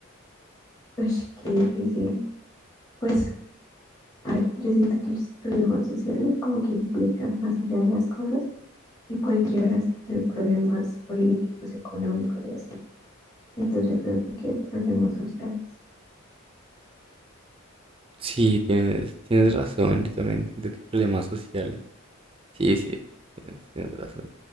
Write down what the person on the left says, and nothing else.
Uy, qué difícil. Pues, a ver, yo siento que los problemas sociales como que implican más allá de las cosas y pueden llegar a ser problemas políticos, económicos y así. Entonces yo creo que problemas sociales.